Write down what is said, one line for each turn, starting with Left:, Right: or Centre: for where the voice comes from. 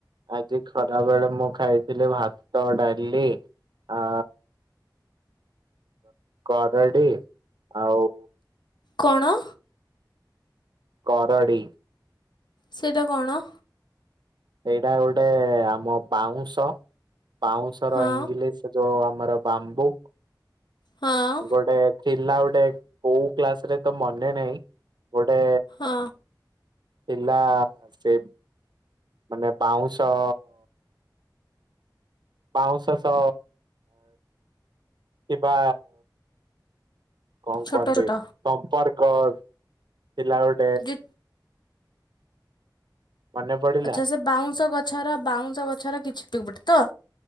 Right: ଆଜି ଖରା ବେଳେ ମୁଁ ଖାଇଥିଲି ଭାତ, ଡାଲି ଆ କରଡି ଆଉ
Left: କଣ?
Right: କରଡ଼ି।
Left: ସେଟା କଣ?
Right: ସେଇଟା ଗୋଟେ ଆମ ପାଉଁଶ। ପାଉଁଶ ର
Left: ହଁ
Right: ଇଂଲିଶ୍ ଯୋଉ ଆମର ବାମ୍ବୁ
Left: ହଁ
Right: ଗୋଟେ ଥିଲା ଗୋଟେ କୋଉ କ୍ଲାସ୍ ରେ ତ ମନେ ନାହିଁ, ଗୋଟେ
Left: ଅଁ।
Right: ଥିଲା ସେ ମାନେ ବାଉଁଶ ବାଉଁଶ ସହ ଥିବା କଣ
Left: ଛୋଟ
Right: କୁହନ୍ତି
Left: ଛୋଟ
Right: ସମ୍ପର୍କ ଥିଲା ଗୋଟେ।
Left: ଯେ
Right: ମନେ ପଡ଼ିଲା।
Left: ଆଚ୍ଛା ସେ ବାଉଁଶ ଗଛର ବାଉଁଶ ଗଛର କିଛି ପିକ ପଟେ ତ